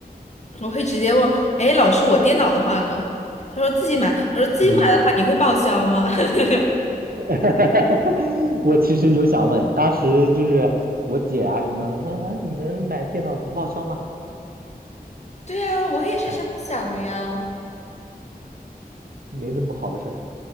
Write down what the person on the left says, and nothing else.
我会直接问，哎，老师，我电脑的话呢？他说自己买，我说自己买的话，
你会报销吗？<laughs>
对呀，我也是这么想的呀。